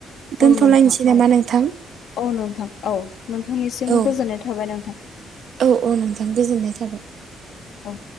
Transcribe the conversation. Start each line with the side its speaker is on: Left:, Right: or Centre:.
Right: दोनथ'लायनोसै
Left: औ नोंथां औ
Right: नामा नोंथां।
Left: औ नोंथां औ नोंथांनिसिम
Right: औ
Left: गोजोननाय थाबाय नोंथां
Right: औ औ नोंथां गोजोननाय थाबाय
Left: औ।